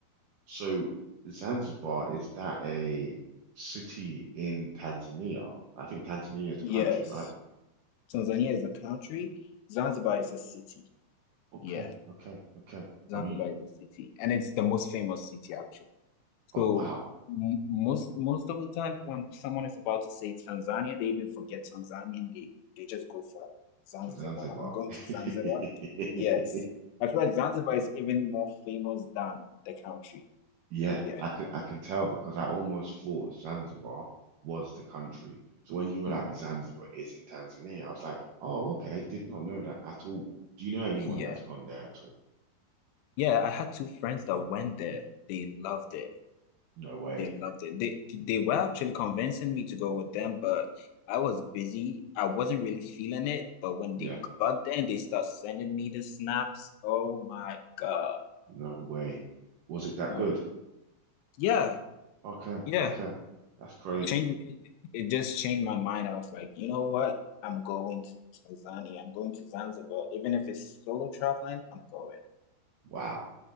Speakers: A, on the right; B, on the left.
A: So Zanzibar, is that a city in Tanzania? I think Tanzania is the
B: Yes,
A: country, right?
B: Tanzania is a country. Zanzibar is a city.
A: Okay,
B: Yeah.
A: okay, okay.
B: Zanzibar
A: I you?
B: is a city, and it's the most famous city actually. So
A: oh wow.
B: m most most of the time when someone is about to say Tanzania, they even forget Tanzania and they, they just go for Zanzibar.
A: for Zanzibar.
B: I'm going to Zanzibar.
A: <laughs>
B: Yes. I feel like Zanzibar is even more famous than the country.
A: Yeah,
B: Yeah.
A: I can I can tell because I almost thought Zanzibar was the country. So when you were
B: Mhm.
A: like Zanzibar is in Tanzania, I was like, oh, okay, did not know that at all. Do you know anyone
B: Yeah.
A: that's gone there at all?
B: Yeah, I had two friends that went there. They loved it.
A: No way.
B: They loved it. They they were actually convincing me to go with them, but I was busy. I wasn't really feeling it. But when
A: Yeah,
B: they got there and they start sending me the snaps, oh my God.
A: no way. Was it that
B: No.
A: good?
B: Yeah,
A: Okay,
B: yeah.
A: okay. That's crazy.
B: It changed it, it just changed my mind. I was like, you know what? I'm going to Tanzania. I'm going to Zanzibar. Even if it's solo traveling, I'm going.
A: Wow.